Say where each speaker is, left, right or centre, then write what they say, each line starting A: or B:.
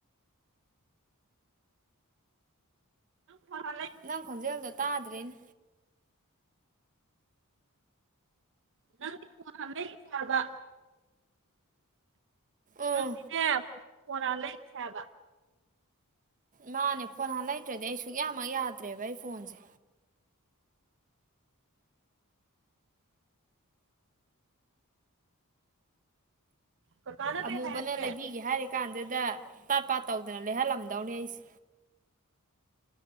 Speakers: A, on the right (about 60°); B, on the right (about 35°).
A: ꯐꯍ ꯂꯩ
B: ꯅꯪ ꯈꯣꯟꯖꯦꯜꯗꯣ ꯇꯥꯗ꯭ꯔꯦꯅꯦ
A: ꯅꯪꯗꯤ ꯐꯣꯟ ꯍꯥꯟꯅ ꯂꯩꯒꯤꯁꯦ ꯍꯥꯏꯕ
B: ꯎꯝ
A: ꯅꯪꯗꯤꯅꯦ ꯐꯣꯟ ꯍꯥꯟꯅ ꯂꯩꯈꯤꯁꯦ ꯍꯥꯏꯕ
B: ꯃꯥꯅꯦ ꯐꯣꯟ ꯍꯥꯟꯅ ꯂꯩꯇ꯭ꯔꯗꯤ ꯑꯩ ꯁꯨꯛꯌꯥ ꯃꯛ ꯌꯥꯗ꯭ꯔꯦꯕ ꯑꯩ ꯐꯣꯟꯁꯦ
A: ꯀꯀꯥꯅ
B: ꯑꯃꯨꯕꯅ
A: ꯀꯩ ꯍꯥꯏꯔꯛꯀꯦ
B: ꯂꯩꯕꯤꯒꯦ ꯍꯥꯏꯔꯤ ꯀꯥꯟꯗꯨꯗ ꯇꯥꯠ ꯄꯥꯠ ꯇꯧꯗꯅ ꯂꯩꯍꯜꯂꯝꯗꯧꯅꯦ ꯑꯩꯁꯦ